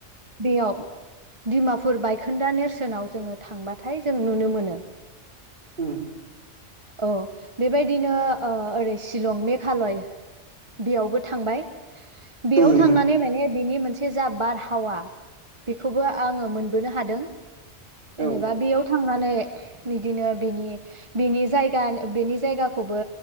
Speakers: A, on the right; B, on the right.
A: बेयाव दिडिमापुर बायखोन्दा नेरसोनाव जोङो थांबाथाय जों नुनो मोनो।
B: ओम
A: औ बेबायदिनो अ ओरै शिलं मेघालय बेयावबो थांबाय बेयाव
B: उम
A: थांनानै माने बिनि मोनसे जा बारहावा बेखौबो आङो मोनबोनो हादों। जेनेबा
B: औ
A: बेयाव थांना नै बिदिनो बेनि बिनि जायगा बेनि जायगाखौबो